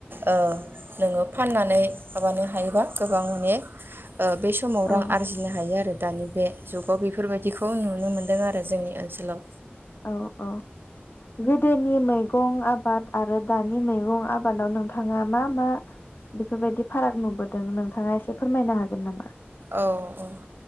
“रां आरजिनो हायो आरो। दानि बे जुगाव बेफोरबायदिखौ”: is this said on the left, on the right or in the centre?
Right